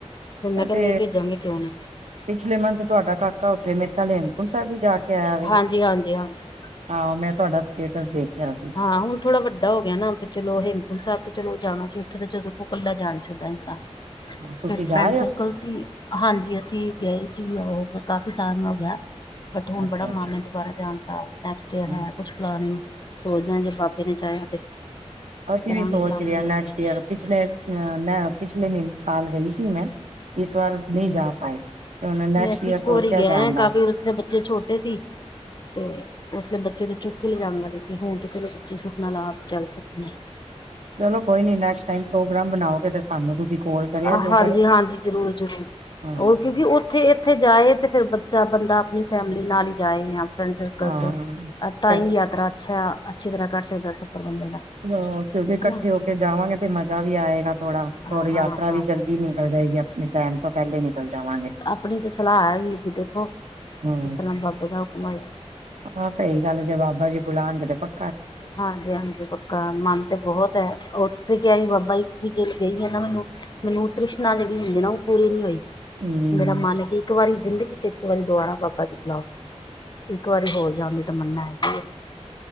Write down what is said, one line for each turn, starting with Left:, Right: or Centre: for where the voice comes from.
Left: ਫਿਰ ਮੈਂ ਕਿਹਾ
Right: ਤੇ
Left: ਨਹੀਂ ਭੇਜਾਂਗੇ ਕਿਉਂ ਨਹੀਂ
Right: ਪਿਛਲੇ ਮੰਥ ਤੁਹਾਡਾ ਕਾਕਾ ਉੱਥੇ ਮੇਰੇ ਨਾਲ ਹੇਮਕੁੰਟ ਸਾਹਿਬ ਵੀ ਜਾ ਕੇ ਆਇਆ ਵੇ।
Left: ਹਾਂਜੀ, ਹਾਂਜੀ, ਹਾਂਜੀ।
Right: ਹਾਂ ਮੈਂ ਤੁਹਾਡਾ ਸਟੇਟਸ ਦੇਖਿਆ ਸੀ।
Left: ਹਾਂ ਹੁਣ ਥੋੜ੍ਹਾ ਵੱਡਾ ਹੋ ਗਿਆ ਨਾਂ ਵੀ ਚਲੋ, ਹੇਮੁੂਕੁੰਡ ਸਾਹਿਬ ਚਲੋ ਜਾਣਾ ਸੀ ਉੱਥੇ ਤੇ ਚਦ ਦੇਖੋ ਕੱਲਾ ਜਾ ਨਈਂ ਸਕਦਾ ਇਨਸਾਨ।
Right: ਤੁਸੀਂ
Left: ਇੱਕ
Right: ਜਾ
Left: ਫਰੈਂਡ
Right: ਆਏ
Left: ਸਰਕਲ
Right: ਹੋ
Left: ਸੀ ਹਾਂਜੀ ਅਸੀਂ ਗਏ ਸੀ, ਉਹ ਕਾਫੀ ਆਸਾਨ ਹੋ ਗਿਆ। ਬਟ ਹੁਣ
Right: ਅੱਛਾ
Left: ਬੜਾ ਮਨ ਏ ਦੁਬਾਰਾ ਜਾਣ ਦਾ। ਨੈਕਸਟ
Right: ਅੱਛਾ
Left: ਈਅਰ ਹੈ ਕੁਛ ਪਲਾਨਿਗ ਸੋਚਦਾ ਜੇ ਬਾਬੇ ਨੇਂ ਚਾਹਿਆ ਤੇ।
Right: ਅਸੀਂ
Left: ਕਰਾਂਗੇ
Right: ਵੀ ਸੋਚ
Left: ਪਲਾਨਿੰਗ
Right: ਰਹੇ ਆਂ, ਨੈਕਸਟ
Left: ਜਾਣ
Right: ਈਅਰ
Left: ਦੀ
Right: ਪਿਛਲੇ। ਅ ਮੈਂ ਪਿਛਲੇ ਮ ਸਾਲ ਗਈ ਸੀ ਮੈਂ, ਇਸ ਵਾਰ ਨਹੀਂ
Left: ਹਂ,
Right: ਜਾ ਪਾਏ ਤੇ ਉਹਨੇ ਨੈਕਸਟ
Left: ਨਈਂ ਅਸੀਂ
Right: ਈਅਰ
Left: ਇੱਕੋ
Right: ਸੋਚਿਆ
Left: ਵਾਰੀ ਗਏ
Right: ਜਾਣ
Left: ਆਂ
Right: ਦਾ
Left: ਕਾਫੀ ਦੇ ਬੱਚੇ ਛੋਟੇ ਸੀ। ਤੇ ਉਸਲੇ ਬੱਚੇ ਦੇ ਚੁੱਕ ਕੇ ਲਿਜਾਣ ਵਾਲੇ ਸੀ, ਹੁਣ ਤੇ ਚਲੋ ਬੱਚੇ ਸੁੱਖ ਨਾਲ ਆਪ ਚੱਲ ਸਕਦੇ ਆ।
Right: ਚਲੋ ਕੋਈ ਨੀਂ ਨੈਕਸਟ ਟਾਈਮ ਪ੍ਰੋਗਰਾਮ ਬਣਾਓਗੇ ਤੇ ਸਾਨੂੰ ਤੁਸੀਂ ਕੋਲ ਕਰਿਆ
Left: ਆ
Right: ਜੇ
Left: ਹਾਂਜੀ
Right: ਅਗਰ
Left: ਹਾਂਜੀ, ਜ਼ਰੂਰ ਜਰੂਰ,
Right: ਹਾਂ
Left: ਉਹ ਕਿਉਂਕਿ ਉੱਥੇ ਉੱਥੇ ਜਾਏ ਤੇ ਫਿਰ ਬੱਚਾ ਬੰਦਾ ਆਪਣੀ ਫੈਮਿਲੀ ਨਾਲ ਈ ਜਾਏ ਆ ਫਰੈਂਡ ਸਰਕਲ
Right: ਹਾਂ
Left: ਚ ਤਾਂ
Right: ਫਿਰ
Left: ਹੀ ਯਾਤਰਾ ਅੱਛਾ, ਅੱਛੀ ਤਰ੍ਹਾਂ ਕਟ ਸਕਦਾ ਸਫ਼ਰ ਬੰਦੇ ਦਾ।
Right: ਹਾਂ ਕਿਉਂਕਿ ਕੱਠੇ
Left: ਹਨਾ।
Right: ਹੋ ਕੇ ਜਾਵਾਂਗੇ ਤੇ ਮਜ਼ਾ ਵੀ ਆਏਗਾ ਥੋੜਾ,
Left: ਹਾਂ-ਹਾਂ,
Right: ਯਾਤਰਾ ਵੀ ਜਲਦੀ ਕੀ ਨਿਕਲ ਜਾਏਗੀ ਆਪਣੇ ਟਾਈਮ ਤੋਂ ਪਹਿਲੇ ਨਿਕਲ ਜਾਵਾਂਗੇ।
Left: ਅਪਣੀ ਤਾਂ ਸਲਾਹ ਹੈਗੀ ਏ ਫੇਰ ਦੇਖੋ
Right: ਹਂ,
Left: ਜਿਸ ਤਰ੍ਹਾਂ ਬਾਬੇ ਦਾ ਹੁਕਮ ਹੋਏਗਾ।
Right: ਹਾਂ ਸਹੀ ਗੱਲ ਏ, ਜੇ ਬਾਬਾ ਜੀ ਬੁਲਾਨਗੇ ਤੇ ਪਕ
Left: ਹਾਂਜੀ ਹਾਂਜੀ, ਪਕ ਹਾਂ, ਮਨ ਤੇ ਬਹੁਤ ਐ, ਉੱਥੇ ਕਿਆ ਹੀ ਬਾਬਾ ਜੀ ਵੀ ਜੇ ਗਈ ਆ ਨਾਂ ਮੈਨੂੰ। ਮੈਨੂੰ ੳਹ ਤ੍ਰਿਸ਼ਨਾ ਜਿਹੜੀ ਹੁੰਦੀ ਨਾਂ ਉਹ ਪੂਰੀ ਨੀਂ ਹੋਈ।
Right: ਹਮ
Left: ਮੇਰਾ ਮਨ ਇੱਕ ਵਾਰੀ ਜ਼ਿੰਦਗੀ ਚ ਇੱਕ ਵਾਰੀ ਦੁਬਾਰਾ ਬਾਬਾ ਜੀ ਬੁਲਾਓ। ਇੱਕ ਵਾਰੀ ਹੋਰ ਜਾਂਣ ਦੀ ਤਮੰਨਾ ਹੈਗੀ ਐ।